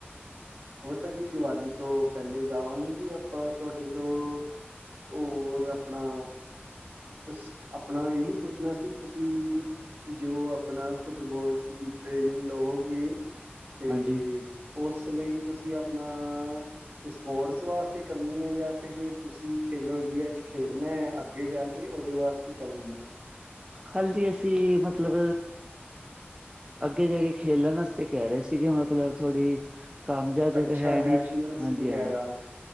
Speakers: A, on the right (about 55°); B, on the right (about 25°).
A: ਉਹ ਤਾਂ ਜੀ ਦੀਵਾਲੀ ਤੋਂ ਪਹਿਲੇ ਜਾਵਾਂਗੇ ਜੀ, ਆਪਾਂ ਤੁਹਾਡੇ ਤੋਂ ਹੋਰ ਆਪਣਾ ਬਸ, ਆਪਣਾ ਇਹੀ ਪੁੱਛਣਾ ਸੀ ਤੁਸੀਂ ਜੋ ਆਪਣਾ ਫੁੱਟਬੋਲਸ ਦੀ ਟ੍ਰੇਨਿੰਗ ਲਵੋਗੀ ਤੇ
B: ਹਾਂਜੀ
A: ਉਸ ਲਈ ਤੁਸੀਂ ਆਪਣਾ ਸਪੋਟਸ ਵਾਸਤੇ ਕਰਨੀ ਐ ਜਾਂ ਫਿਰ ਤੁਸੀਂ ਖੇਲੋ ਇੰਡੀਆ 'ਚ ਖੇਡਣਾ ਐ, ਅੱਗੇ ਜਾ ਕੇ ਕੇ ਉਹਦੇ ਵਾਸਤੇ ਕਰਮੀ ਐ।
B: ਹਲਦੀ ਅਸੀਂ ਮਤਲਬ ਅੱਗੇ ਜਾ ਕੇ ਖੇਲਣ ਆਸਤੇ ਕਹਿ ਰਹੇ ਸੀਗੇ, ਮਤਲਬ ਥੋੜ੍ਹੀ ਕੰਮ ਜਿਆ, ਅਜੇ
A: ਅੱਛਾ
B: ਤੇ ਹੈ
A: ਨੈਸ਼ਨਲਸ
B: ਨੀ, ਹਾਂਜੀ-ਹਾਂਜੀ।
A: ਵਗੈਰਾ